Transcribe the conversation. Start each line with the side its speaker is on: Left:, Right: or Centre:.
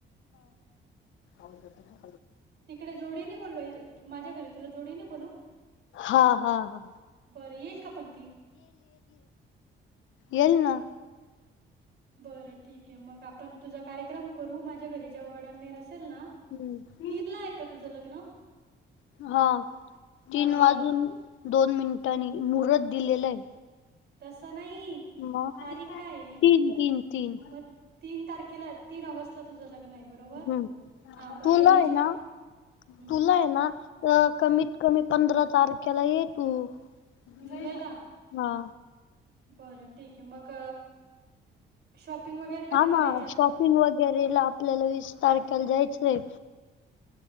Right: <unintelligible>
Left: आम्ही करतं का?
Right: तिकडे जोडीने बोलवाय माझ्या घरी तुला जोडीने बोलू?
Left: हा हा हा
Right: बरं येईल का पण ती?
Left: येइल ना.
Right: बरं ठीक आहे मग आपण तुझा कार्यक्रम करू माझ्या घरी जेव्हा गडन्य रसेल ना
Left: हम्म
Right: तीनला आहे का तुझं लग्न?
Left: हा तीन
Right: मग
Left: वाजून दोन मिनिटांनी मुहूर्त दिलेलं आहे.
Right: तसं नाही
Left: मग
Right: तारीख काय आहे?
Left: तीन तीन तीन
Right: मग तीन तारखेला तीन ऑगस्टला तुझं लग्न आहे बरोबर
Left: हम्म
Right: हां म
Left: तुला
Right: एंगेजमेंट
Left: आहे ना
Right: हं.
Left: तुला आहे ना कमीत कमी पंधरा तारखेलाही हो हा
Right: जुलैला? बरं ठीक आहे मग शॉपिंग वगैरे कधी
Left: हमा
Right: करायची आपण?
Left: शॉपिंग वगैरे ला आपल्याला विीस तारखयला जायचं आहे